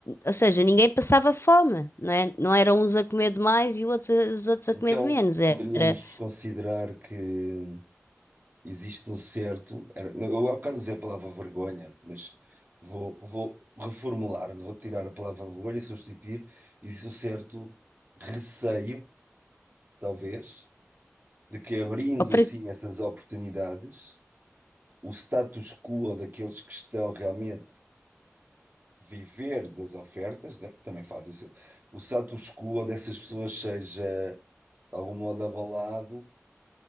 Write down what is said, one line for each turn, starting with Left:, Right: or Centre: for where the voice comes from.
Left: ou seja, ninguém passava fome, não é? Não eram uns a comer de mais e outros, a- os outros
Right: Então,
Left: a comer de menos. Era,
Right: poderíamos considerar que existe um certo. era- não, Eu há bocado usei a palavra vergonha, mas vou, vou reformular, vou tirar a palavra vergonha e substituir. Existe um certo receio, talvez, de que abrindo
Left: ou
Right: assim essas oportunidades, o status quo daqueles que estão realmente viver das ofertas, né? Também faz isso. O status quo dessas pessoas seja, de algum modo, abalado,